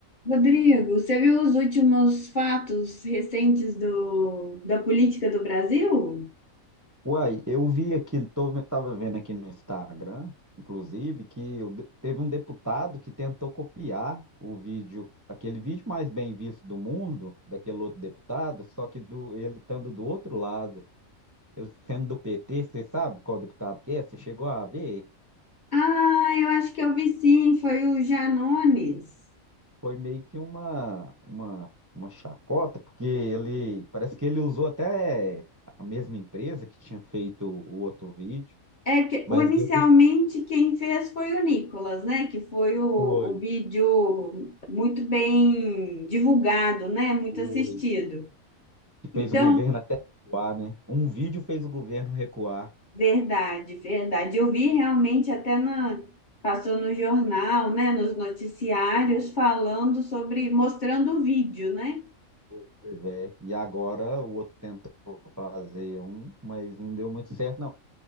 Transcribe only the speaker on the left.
Rodrigo, você viu os últimos fatos recentes do, da política do Brasil?
Ah, eu acho que eu vi sim, foi o Janones.
É que
o- inicialmente
quem fez foi o Nicolas, né? Que foi o, o
vídeo muito bem divulgado, né? Muito
assistido.
Então,
verdade, verdade. Eu vi realmente até na passou no jornal, né? Nos noticiários
falando sobre, mostrando o vídeo, né?